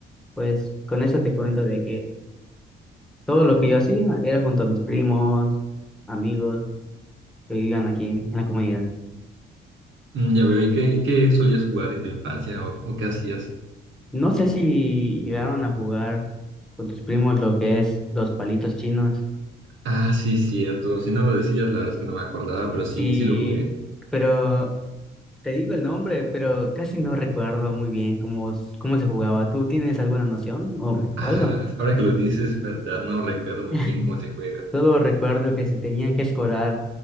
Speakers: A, in the centre; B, on the right.
A: pues con eso te cuento de que todo lo que yo hacía era junto a mis primos, amigos que vivían aquí en la comunidad.
B: Mm, Ya veo, ¿y qué, y qué solías jugar en tu infancia o, o qué hacías?
A: No sé si llegaron a jugar con tus primos lo que es los palitos chinos.
B: Ah, sí, cierto. Si no lo decías, la verdad es que no me acordaba, pero
A: Sí,
B: sí, sí lo jugué.
A: pero te digo el nombre, pero casi no recuerdo muy bien cómo, cómo se jugaba. ¿Tú tienes alguna noción o
B: Ah,
A: o algo?
B: ahora que lo dices, verdad, no recuerdo muy
A: <laughs>
B: bien cómo se juega.
A: Solo recuerdo que se tenían que escorar